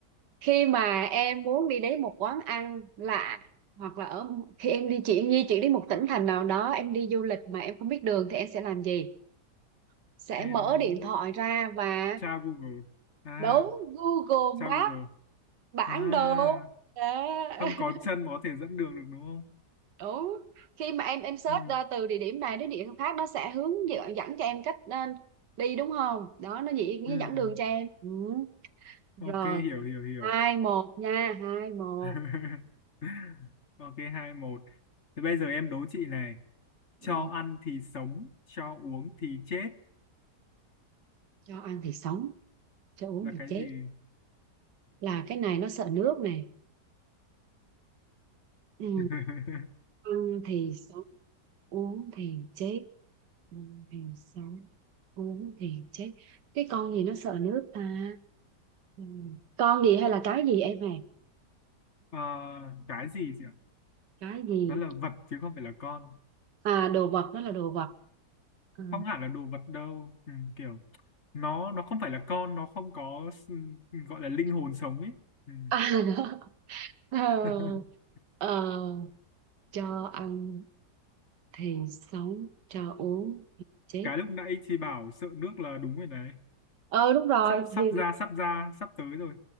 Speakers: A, on the right; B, on the left.
A: khi mà em muốn đi đến một quán ăn lạ hoặc là ở khi em đi chị di chuyển đến một tỉnh thành nào đó em đi du lịch mà em không biết đường thì em sẽ làm gì sẽ
B: Em
A: mở điện thoại ra và
B: tra Google. À,
A: đóng Google
B: tra
A: Maps
B: Google.
A: bản
B: À,
A: đồ Đó.
B: không
A: <laughs>
B: có chân mà có thể dẫn đường được đúng không?
A: đúng khi mà em em search
B: Ừ,
A: ra từ địa điểm này đến địa điểm khác nó sẽ hướng dẫn, dẫn cho em cách ờ, đi đúng không đó nó chỉ
B: ừ.
A: nó dẫn đường cho em ừ. rồi
B: Ok, hiểu hiểu hiểu.
A: hai một nha hai một
B: <laughs> Ok, hai một. Thế bây giờ em đố chị này.
A: ừ.
B: Cho ăn thì sống, cho uống thì chết
A: cho ăn thì sống cho uống
B: là
A: thì
B: cái
A: chết
B: gì?
A: là cái này nó sợ nước nè ừ.
B: <laughs>
A: ăn thì sống uống thì chết ăn thì sống Uống thì chết. Cái con gì nó sợ nước ta? Ừ. Con gì hay là cái gì em à?
B: Ờ, cái gì chị ạ?
A: Cái gì?
B: Nó là vật chứ không phải là con.
A: À đồ vật đó là đồ vật. Ừ.
B: Không hẳn là đồ vật đâu. Ừ, kiểu nó nó không phải là con, nó không có s- gọi là linh hồn
A: <laughs>
B: sống ấy. Ừ.
A: À đó. Ờ,
B: <laughs>
A: ờ, cho ăn thì sống, cho uống thì chết.
B: Cái lúc nãy chị bảo sợ nước là đúng rồi đấy.
A: Ờ đúng rồi
B: Sắp sắp
A: thì
B: ra, sắp ra, sắp tới rồi.